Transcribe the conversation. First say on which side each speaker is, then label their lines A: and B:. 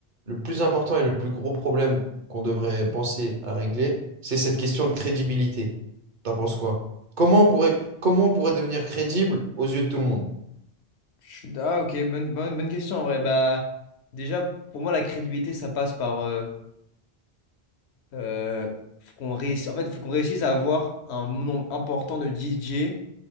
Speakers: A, on the right; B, on the left.
A: le plus important et le plus gros problème qu'on devrait penser à régler, c'est cette question de crédibilité. T'en penses quoi? Comment on pourrait, comment on pourrait devenir crédible aux yeux de tout le monde?
B: Je suis- Ah, ok, bonne, bonne, bonne question en vrai. Bah, déjà, pour moi, la crédibilité, ça passe par. euh, Euh, faut qu'on réussisse, en fait, faut qu'on réussisse à avoir un nombre important de DJ